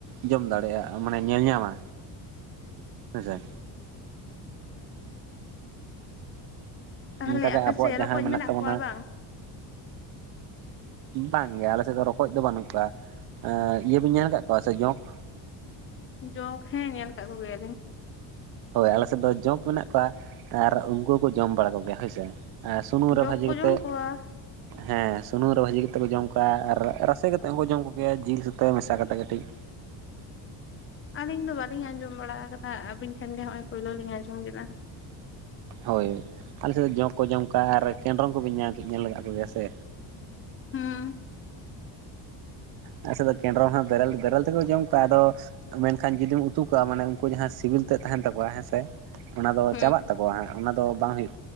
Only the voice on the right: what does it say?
ᱡᱚᱢ ᱫᱟᱲᱮᱭᱟᱜᱼᱟ ᱢᱟᱱᱮ ᱧᱮᱞ ᱧᱟᱢᱟ
ᱦᱮᱸ ᱥᱮ
ᱚᱱᱠᱟᱜᱮ
ᱟᱵᱚᱣᱟᱜ
ᱡᱟᱦᱟᱸ
ᱛᱟᱵᱚᱱᱟ
ᱵᱟᱝᱜᱮ ᱟᱞᱮ ᱥᱮᱫ ᱫᱚ ᱨᱚᱠᱚᱡ ᱫᱚ ᱵᱟᱹᱱᱩᱜ ᱠᱚᱣᱟ ᱤᱭᱟᱹ ᱵᱤᱱ ᱧᱮᱞ ᱠᱟᱹ ᱠᱚᱣᱟ ᱥᱮ ᱡᱚᱝᱠ
ᱦᱚᱭ ᱟᱞᱮ ᱥᱮᱫ ᱫᱚ ᱡᱚᱝᱠ ᱢᱮᱱᱟᱜ ᱠᱚᱣᱟ ᱟᱨ ᱩᱱᱠᱩ ᱦᱚᱸᱠᱚ ᱡᱚᱢ ᱵᱟᱲᱟ ᱠᱚᱜᱮᱭᱟ ᱦᱚᱭᱥᱮ ᱟᱨ ᱥᱩᱱᱩᱢ ᱨᱮ
ᱵᱷᱟᱹᱡᱤ
ᱠᱟᱹᱛᱮ
ᱦᱮᱸ ᱥᱩᱱᱩᱢ ᱨᱮ ᱵᱷᱟᱹᱡᱤ ᱠᱟ ᱠᱟᱛᱮᱫ ᱠᱚ ᱡᱚᱢ ᱠᱚᱣᱟ ᱟᱨ ᱨᱟᱥᱮ ᱠᱟᱛᱮᱫ ᱦᱚᱸᱠᱚ ᱡᱚᱢ ᱠᱚᱜᱮᱭᱟ ᱡᱤᱞ ᱥᱩᱛᱟᱹ ᱢᱮᱥᱟ ᱠᱟᱛᱮᱫ ᱠᱟᱹᱴᱤᱡ
ᱦᱚᱭ ᱟᱞᱮ ᱥᱮᱫ ᱫᱚ ᱡᱚᱝᱠ ᱠᱚ ᱡᱚᱢ ᱟᱨ ᱠᱮᱸᱰᱨᱚᱢ ᱠᱚᱵᱤᱱ ᱧᱮᱞ ᱞᱟᱠᱟ ᱠᱚᱜᱮᱭᱟ ᱥᱮ?
ᱟᱞᱮ ᱥᱮᱫ ᱫᱚ ᱠᱮᱸᱰᱨᱚᱝ ᱦᱚᱸ ᱵᱮᱨᱮᱞ ᱵᱮᱨᱮᱞ ᱛᱮᱠᱚ ᱡᱚᱢ ᱠᱚᱣᱟ ᱟᱫᱚ ᱢᱮᱱᱠᱷᱟᱱ ᱡᱩᱫᱤᱢ ᱩᱛᱩ ᱠᱟᱜᱼᱟ ᱢᱟᱱᱮ ᱩᱱᱠᱩ ᱡᱟᱦᱟᱸ ᱥᱤᱵᱤᱞ ᱛᱮ ᱛᱟᱦᱮᱱ ᱛᱟᱠᱚᱣᱟ ᱦᱮᱸ ᱥᱮ ᱚᱱᱟ ᱫᱚ
ᱪᱟᱵᱟᱜ ᱛᱟᱠᱚᱣᱟ ᱦᱟᱸᱜ ᱚᱱᱟ ᱫᱚ ᱵᱟᱝ ᱦᱩᱭᱩᱜ